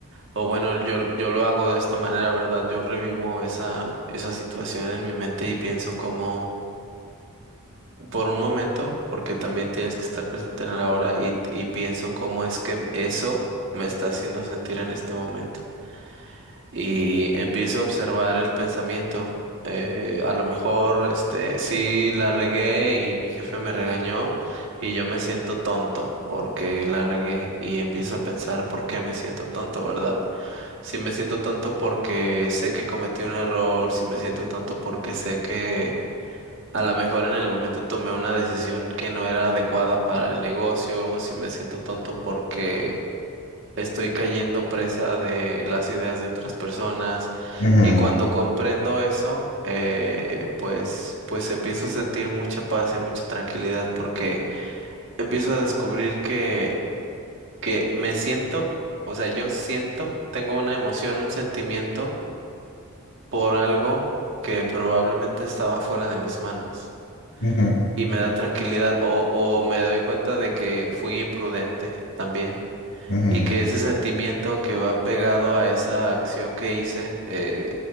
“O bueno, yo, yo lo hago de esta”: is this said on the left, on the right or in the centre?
Right